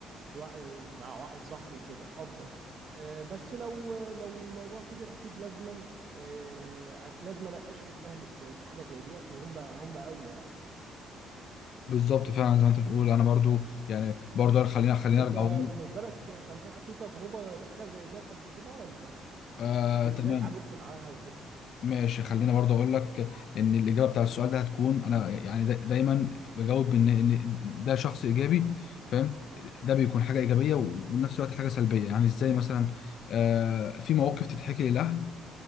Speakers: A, on the right; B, on the left.
A: الوا- مع واحد صاحبي وكده افضل آه، بس لو لو الموضوع كبر اكيد لازما آه، لازما اشرك اهلي في في حاجه زي ديت وهم هم اولى يعني
B: بالظبط فعلا زي ما انت بتقول انا برضو يعني برضو خلينا خلينا
A: انت
B: ارجع اقول
A: بالنسبه لك كان في في تجربه ولا حاجه زي ديت قبل كده ولا
B: آه
A: وازاي
B: تمام
A: اتعاملت معاها وكده
B: ماشي خلينا برضو اقول لك ان الاجابه بتاع السؤال ده هتكون انا يعني دا دايما بجاوب ان ان ده شخص ايجابي فاهم ده بيكون حاجه ايجابيه وفي نفس الوقت حاجه سلبيه يعني ازاي مثلا آه في مواقف تتحكي للاهل